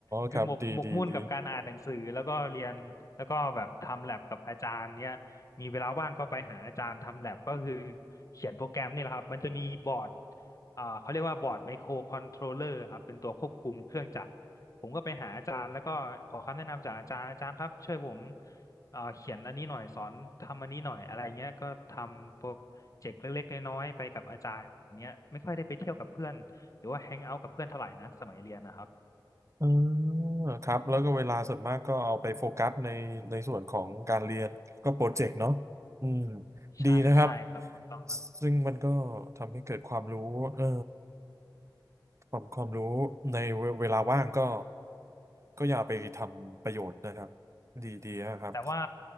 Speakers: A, on the left; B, on the right.
A: คือหมกหมกมุ่นกับการอ่านหนังสือแล้วก็เรียนแล้วก็แบบทำแลบกับอาจารย์เนี่ยมีเวลาว่างก็ไปหาอาจารย์ทำแลบก็คือ
B: ครับดีดีดี
A: เขียนโปรแกรมนี่แหละครับมันจะมีบอร์ดอ่าเขาเรียกว่าบอร์ดไมโครคอนโทรลเลอร์ครับเป็นตัวควบคุมเครื่องจักร ผมก็ไปหาอาจารย์แล้วก็ขอคำแนะนำจากอาจารย์อาจารย์ครับช่วยผมเอ่อเขียนอันนี้หน่อยสอนทำอันนี้หน่อยอะไรเงี้ยก็ทำโปรเจกต์เล็กๆน้อยๆไปกับอาจารย์เนี้ยไม่ค่อยได้ไปเที่ยวกับเพื่อนหรือว่าแฮงเอาท์กับเพื่อนเท่าไหร่นะสมัยเรียนนะครับ
B: เออครับแล้วก็เวลาส่วนมากก็เอาไปโฟกัสในในส่วนของการเรียนก็โปรเจกต์เนาะอืม
A: ใช่ใช่ครับถูกต้องครับ
B: ดีนะครับซึ่งมันก็ทำให้เกิดความรู้เออความความรู้ในเวเวลาว่างก็ก็อย่าไปทำประโยชน์นะครับดีดีนะครับ
A: แต่ว่า